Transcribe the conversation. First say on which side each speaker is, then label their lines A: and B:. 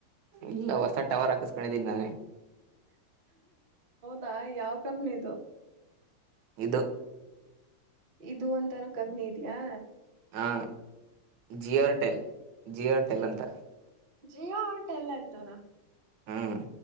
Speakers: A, on the right; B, on the right.
A: ಇಲ್ಲ ಹೊಸ ಟವರ್ ಹಾಕಿಸ್ಕೊಂಡಿದೀನಿ ನಾನೇ
B: ದ ಯಾವ ಕಂಪ್ನದು
A: ಇದುದು
B: ಇದು ಅಂತಾನೂ ಕಮ್ಮಿ ಇದ್ಯಾಾ
A: ಹಾ ಜಿಯೋರ್ಟೆಲ್ ಜಿಯೋ ರ್ಟೆಲ್
B: ಜಿ
A: ಅಂತ
B: ಜಿಯೋ ಹೋಟಲ್ ಅಂತಾನ
A: ಹ್ಮ್